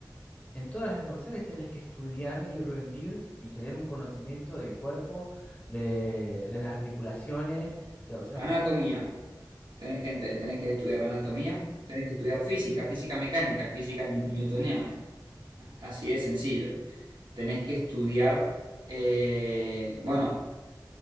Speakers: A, on the left; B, on the right.
A: en todas las artes marciales tenés que estudiar y rendir y tener un conocimiento del cuerpo, de, de las articulaciones, de- o sea,
B: anatomía. Tenés que, ent- tenés que estudiar anatomía, tenés que estudiar física, física mecánica, física newtoniana. Así de sencillo. Tenés que estudiar, eh, bueno,